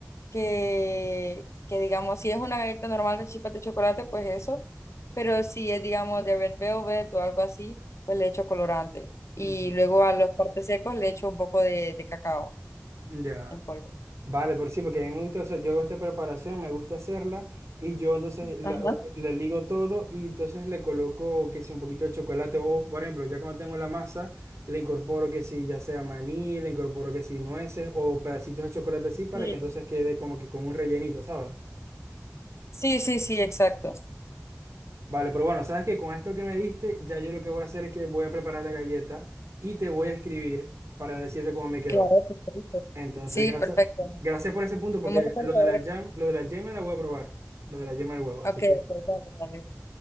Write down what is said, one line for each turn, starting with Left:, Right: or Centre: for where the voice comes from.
Left: que, que digamos, si es una galleta normal de chispas de chocolate, pues eso, pero si es, digamos, de red velvet o algo así, pues le echo colorante. Y
Right: Ujú,
Left: luego a los partes secos le echo un poco de, de cacao
Right: Ya.
Left: en polvo.
Right: Vale, por sí, porque a mí me gusta hacer, yo hago esta preparación, me gusta hacerla y yo entonces la-
Left: Ajá.
Right: le ligo todo y entonces le coloco que si un poquito de chocolate o, por ejemplo, ya cuando tengo la masa, le incorporo que si ya sea maní, le incorporo que si nueces o pedacitos de chocolate así para
Left: Sí,
Right: que entonces quede como que con un rellenito, ¿sabes?
Left: Sí, sí, sí, exacto.
Right: Vale, pero bueno, sabes que con esto que me diste, ya yo lo que voy a hacer es que voy a preparar la galleta y te voy a escribir para decirte cómo me quedó.
Left: claro, por
Right: Entonces,
Left: Sí,
Right: gracias,
Left: perfecto.
Right: gracias por ese punto, porque
Left: Me muero por
Right: lo
Left: saber.
Right: de la, yam- lo de la yema la voy a probar. Lo de la yema del huevo.
Left: Ok,
Right: Así que,
Left: ok, dale, dale.